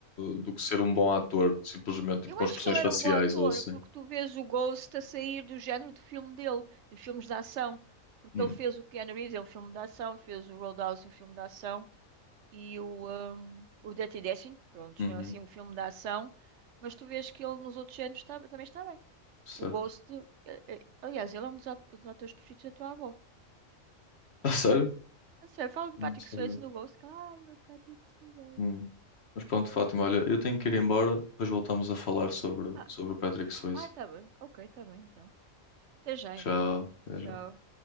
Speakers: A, on the left; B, on the right.
A: do que ser um bom ator, simplesmente tipo
B: Eu
A: com
B: acho
A: expressões
B: que ele
A: faciais
B: era um bom ator,
A: ou assim.
B: porque tu vês o Ghost a sair do género de filme dele, de filmes de ação. Porque
A: Hum,
B: ele fez o Keanu Reeves, é um filme de ação, fez o Roadhouse, é um filme de ação, e o, um, o Dirty Dancing, pronto,
A: uhum,
B: não é assim um filme de ação, mas tu vês que ele nos outros géneros está- também está bem.
A: certo.
B: O Ghost, eh, eh, aliás, ele é um dos, at- dos atores preferidos da tua avó.
A: <laughs> Ah, sério?
B: Não sei, fala de
A: Não
B: Patrick
A: sabia.
B: Swayze no Ghost, que ela, ah, meu Patrick Swayze.
A: Hum. Mas pronto, Fátima, olha, eu tenho que ir embora, depois voltamos a falar sobre,
B: Ah,
A: sobre o Patrick Swayze.
B: ah, tá bem, ok, tá bem, então. Até já,
A: Já,
B: então. Tchau.
A: já.